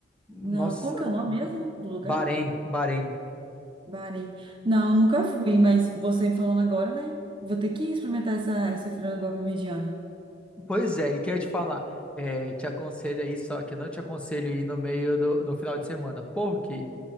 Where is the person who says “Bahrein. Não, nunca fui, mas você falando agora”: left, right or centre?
Right